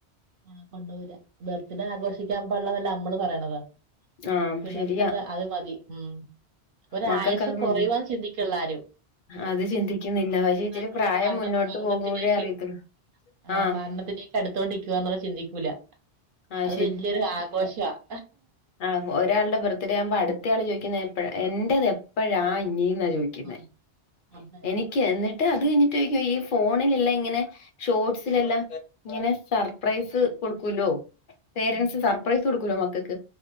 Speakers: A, on the right; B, on the left.
A: ആ കൊണ്ടൊവുല ബർത്ത്ഡേ ആഘോഷിക്കാൻ പള്ളതല്ല നമ്മള് പറയണത്
B: ആഹ്
A: പിള്ളർക്കതെ
B: ശരിയാ
A: അത് മതി ഉം ഒര്
B: മക്കൾക്ക്
A: ആയസ്
B: അത്
A: കുറയുവാൻ
B: മതി
A: ചിന്തിക്കുന്നില്ല ആരും
B: അത് ചിന്തിക്കുന്നില്ല പക്ഷെ ഇച്ചിരി
A: നമ്മള്
B: പ്രായം
A: മരണ
B: മുന്നോട്ട്
A: മരണത്തിലേക്ക്
B: പോകുമ്പോഴേ അറിയത്തുള്ളൂ
A: ആഹ
B: ആഹ്
A: മരണത്തിലേക്ക് അടുത്തോണ്ടിരിക്കുക ചിന്തിക്കൂല
B: ആഹ്
A: അത് വല്യൊരു ആഘോഷമാണ്
B: ആ ഒരാളുടെ ബർത്ത്ഡേ ആകുമ്പോ അടുത്ത ആള് ചോദിക്കുന്നത് എന്റേത് എപ്പോഴാ ഇനീന്നാ ചോദിക്കുന്നത്
A: ആ അതന്നെ
B: എനിക്ക് എന്നിട്ട് അത് കഴിഞ്ഞിട്ട് ചോക്കോ ഈ ഫോണിലില്ലേ ഇങ്ങനെ ഷോർസിലെല്ലാം ഇങ്ങനെ സർപ്രൈസ് കൊടുക്കൂല്ലോ പേരൻറ്സ്
A: ഉം ഉം,
B: സർപ്രൈസ് കൊടുകോലോ മക്കൾക്ക്